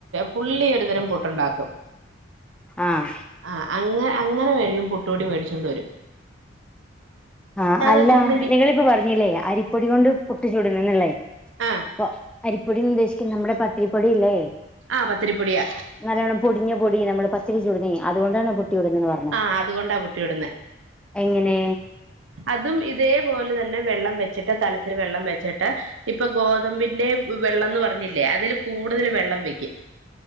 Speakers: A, on the right; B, in the centre.
A: പുള്ളി ഒരുതരം പുട്ടുണ്ടാക്കും
B: ആഹ്
A: ആഹ് അങ്ങന അങ്ങന മേടിക്കും പുട്ടുപൊടി മേടിച്ചൊണ്ടരും
B: ആഹ് അല്ല
A: വെച്ചിട്ടുണ്ടെങ്കി
B: നിങ്ങളിപ്പ പറഞ്ഞില്ലേ അരിപ്പൊടികൊണ്ട് പുട്ട് ചുടുന്നെന്നല്ലേ
A: ആഹ്
B: അപ്പൊ അരിപ്പൊടിന്നുദ്ദേശിക്കുന്നെ നമ്മുടെ പത്തിരിപ്പൊടിയില്ലേ
A: ആ പത്തിരിപ്പൊടിയാ
B: നല്ലോണം പൊടിഞ്ഞ പൊടി നമ്മള് പത്തിരി ചുടുന്നേ അതുകൊണ്ടാണോ പുട്ട് ചുടുന്നെന്ന് പറഞ്ഞെ
A: ആഹ് അതുകൊണ്ടാ പുട്ട് ചുടുന്നെ
B: എങ്ങനെ
A: അതും ഇതേപോലെതന്നെ വെള്ളം വെച്ചിട്ട് കലത്തില് വെള്ളം വെച്ചിട്ട് ഇപ്പൊ ഗോതമ്പിന്റെ വെള്ളംന്ന് പറഞ്ഞില്ലേ അതില് കൂടുതല് വെള്ളം വെക്കും